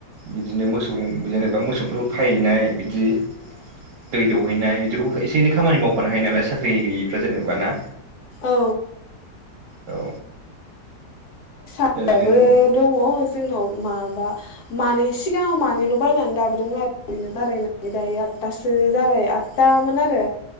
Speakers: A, on the right; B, on the left.
A: बिदिनो मोसौ जेनेबा मोसौफोर खायैनाय बिदि दै दौवैनाय बिदिफोरखौबो एसे एनै खामानि मावफानो हायो नालाय साख्रि गैयिफ्रा जेनेबा ना।
B: औ
A: औ
B: दाबो
A: ओरैनो न'
B: दङ जोंनाव मा माबा मानै सिगाङाव मानैल' बायनानै दाबो दों आरो ओरैनो बारायनानै दायो आदथासो जाबाय आदतामोन आरो